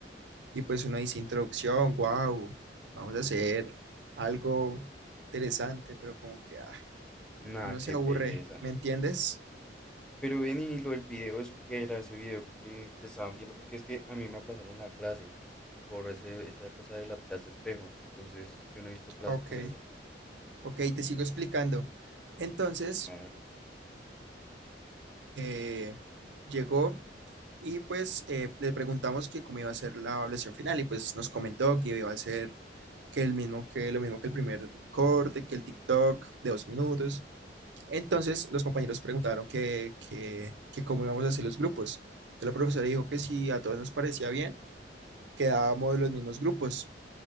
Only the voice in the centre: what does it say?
Nada,
qué
pereza.
Pero ven y lo del video, eso que era ese video que, que estaban viendo, porque es que a mí me aplazaron la clase por ese, esa cosa de la clase espejo, entonces yo no he visto clase
con ella.
A ver.